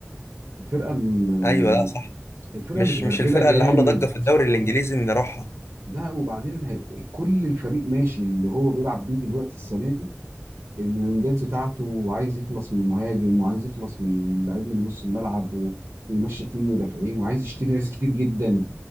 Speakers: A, on the right; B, on the left.
A: الفرقه م...
B: ايوه لا
A: م-
B: صح
A: الفرقه
B: مش
A: متغربله
B: مش الفرقة
A: جامد
B: اللي عاملة ضجة في الدوري الإنجليزي إن نروحها
A: لا وبعدين هي... كل الفريق ماشي اللي هو بيلعب بيه دلوقتي السنه دي الوينجات بتاعته وعايز يخلص من المهاجم وعايز يخلص من لعيب من نص الملعب و... ويمشي اتنين مدافعين وعايز يشتري ناس كتير جدا